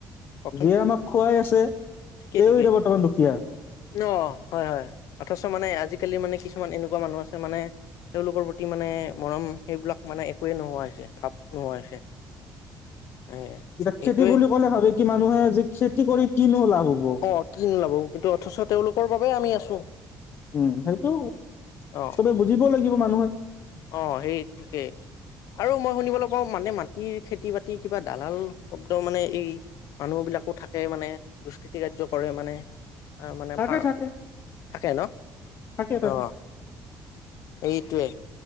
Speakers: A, on the left; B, on the left.
A: কওকচোন।
B: যিয়ে আমাক খুৱাই আছে
A: ঠিকেই
B: তেওঁ
A: ঠিকেই
B: এতিয়া বৰ্তমান দুখীয়া।
A: অ হয় হয় অথচ মানে আজি কালি মানে কিছুমান এনেকুৱা মানু্হ আছে মানে তেওঁলোকৰ প্ৰতি মানে মৰম সেইবিলাক মানে একোৱে নোহোৱা হৈছে ভাব নোহোৱা হৈছে এ
B: এতিয়া খেতি
A: এইটোৱে
B: বুলি ক'লে ভাবে কি মানুহে জীপ চিপ খেতি কৰি কিনো লাভ? হ'ব।
A: অ কি নোলাব কিন্তু অথচ তেওঁলোকৰ বাবে আমি আছো।
B: উম সেইটো
A: অ
B: চবে বুজিব লাগিব। মানুহে
A: অ সেই ঠিকেই আৰু মই শুনিবলৈ পাওঁ মানে মাটিৰ খেতি বাতিৰ কিবা দালাল শব্দ মানে এই মানুহ বিলাকো থাকে মানে দুষ্কৃতি কাৰ্য কৰে মানে মানে
B: থাকে
A: ফাৰ
B: থাকে
A: থাকে ন
B: থাকে থাকে।
A: অ এইটোৱে